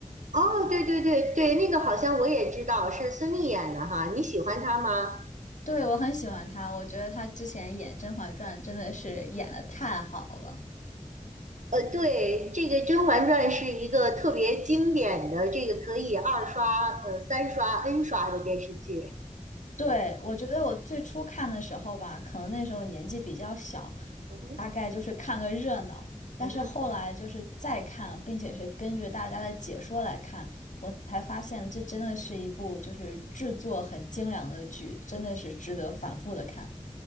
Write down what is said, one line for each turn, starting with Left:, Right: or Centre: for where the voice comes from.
Right: 哦，对对对对，那个好像我也知道，是孙俪演的哈。你喜欢她吗？
Left: 对，我很喜欢她，我觉得她之前演《甄嬛传》真的是演的太好了。
Right: 呃，对，这个《甄嬛传》是一个特别经典的，这个可以二刷、呃三刷、N 刷的电视剧。
Left: 对，我觉得我最初看的时候吧，可能那时候年纪比较小，
Right: 嗯哼，
Left: 大概就是看个热闹。但是后来就是再看，
Right: 嗯哼。
Left: 并且是根据大家的解说来看，我才发现这真的是一部就是制作很精良的剧，真的是值得反复的看。